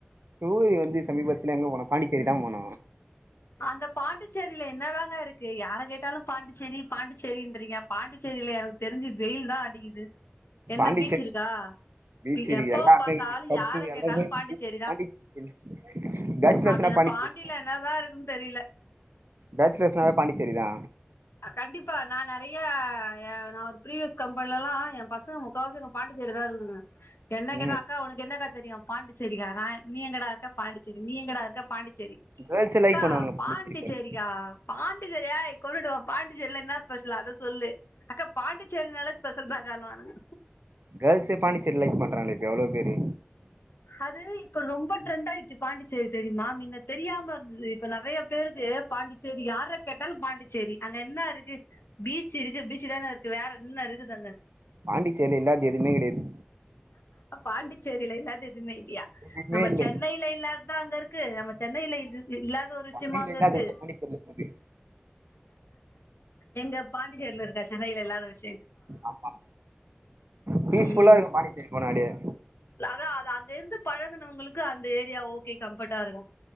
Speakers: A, on the right; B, on the left.
A: டூர் வந்து சமீபத்துல எங்க போனோ பாண்டிச்சேரி தா போனோ
B: அந்த பாண்டிச்சேரில என்னதாங்க இருக்கு யார கேட்டாலு பாண்டிச்சேரி பாண்டிச்சேரின்றீங்க பாண்டிச்சேரில எனக் தெரிஞ்சு வெயில் தா அடிக்குது என்ன
A: பாண்டிச்சேரி
B: பீச் இருக்கா
A: பீச்
B: பி
A: இருக்கு
B: எப்போ
A: எல்லாமே
B: பாத்தாலு
A: இருக்கு பப்பு
B: யார
A: எல்லாமே
B: கேட்டாலு பாண்டிச்சேரி தா
A: பாண்டிச்சேரி பேச்சுலர்ஸ்னா
B: அப்டி அந்த
A: பாண்டிச்சேரி
B: பாண் டில என்னதா இருக்குன் தெரியல
A: பேச்சுலர்ஸ்னாவே பாண்டிச்சேரி தா
B: கண்டிப்பா நா நெறையா எ நா ஒரு பிரிவியஸ் கம்பெனிலலா எ பசங்க முக் காவாசி அங்க பாண்டிச்சேரில தா இருக்குதுங்க என்ன கேட்டா
A: ம்
B: அக்கா உனக்கு என்னக்கா தெரியு பாண்டிச்சேரிக்கா நா நீ எங்கடா இருக்க பாண்டிச்சேரி நீ எங்கடா இருக்க பாண்டிச் சேரி
A: கேர்ள்ஸே
B: அக்கா
A: லைக் பண்ணுவாங்க பாண்டிச்சேரி
B: பாண்டிசேரிக்கா
A: போய்
B: பாண்டிசேரி யாய் கொன்னுடுவே பாண்டிச்சேரில இன்னா ஸ்பெஷல் அத சொல்லு அக்கா பாண்டிச்சேரினாலே ஸ்பெஷல்தாக்கானுவானுங்க
A: கேர்ள்ஸே பாண்டிச்சேரி லைக் பண்றாங்களே இப்ப எவ்ளோ பேரு
B: அது இப்ப ரொம்ப ட்ரெண்ட் ஆயிருச்சு பாண்டிச்சேரி தெரியுமா மின்ன தெரியாம இருந்தது இப்ப நெறைய பேருக்கு பாண்டிச்சேரி யாரக் கேட்டாலு பாண்டிச்சேரி அங்க என்னா இருக்கு பீச் இருக்கு பீச்சு தான இருக்கு வேற என்ன இருக்குது அங்க
A: பாண்டிச்சேரில இல்லாதது எதுமே கெடையாது
B: பாண்டிச்சேரில இல்லாதது எதுமே இல்லையா
A: எதுவுமே
B: நம்ம
A: இல்ல
B: சென்னைல இல்லாத தா அங்க இருக்கு நம்ம சென்னைல இது இ இல்லாத ஒரு விஷ்யமா
A: சென்னையில
B: அங்க
A: இல்லாத
B: இருக்கு
A: பாண்டிச்சேரில இருக்குது
B: எங்க பாண்டிச்சேரில இருக்கா சென்னைல இல்லாத விஷ்
A: ஆமா ஃபீஸ்
B: ம்
A: ஃபுல்லா இருக்கு பாண்டிச்சேரி போனா அப்டியே
B: அதா அது அங்க இருந்து பழகுனவ்ங்களுக்கு அந்த ஏரியா ஓகே கம்ஃபர்ட்டா இருக்கு